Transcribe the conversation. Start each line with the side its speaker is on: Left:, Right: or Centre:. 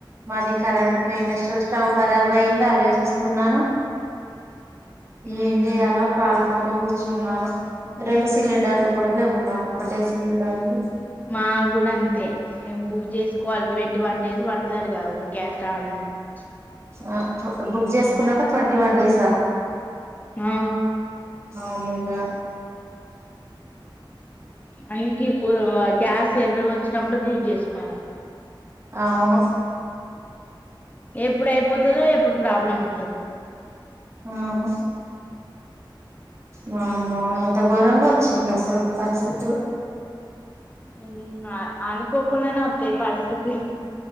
Right: మాది కరెంట్ పోయి ఇండస్టయల్ స్టవ్ కర కరాబ్ అయింది అదే చూస్తున్నాను
Left: ఉమ్
Right: ఏం చేయాలో పాాలపో కో కూర్చున్నాను రెండు సిలిండర్లు కూడా లేవు మాకు ఒకటే సిలిండర్లు
Left: మా కూడా అంతే ఏం బుక్ చేసుకోవాలి ట్వం వన్ డేస్ పడుతదటగా ఒక గ్యాస్ రావడానికి
Right: ఆ బుక్ చేసుకున్నాక ట్వంటీ వన్ డేసా
Left: ఆ
Right: అ మైన
Left: అందుకె ఇప్పుడు గ్యాస్ ఎర్రగా వచ్చినప్పుడు బుక్ చేసుకోవాలే
Right: అవును
Left: ఎప్పుడు అయిపోతుందో ఎప్పుడు ప్రాబ్లం వస్తుందో
Right: అవును వామ్మో ఇంత ఘోరంగా వచ్చింది అసలుకి పరిస్థితులు
Left: హు అనుకోకుండానే వత్తాయి పరిస్థితులు